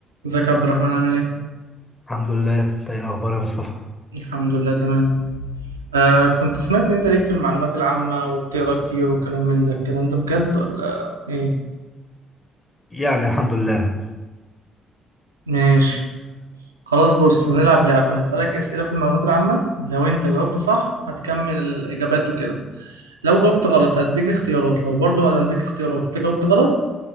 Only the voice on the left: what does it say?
الحمد لله انت ايه الاخبار يا مصطفى
يعني الحمد لله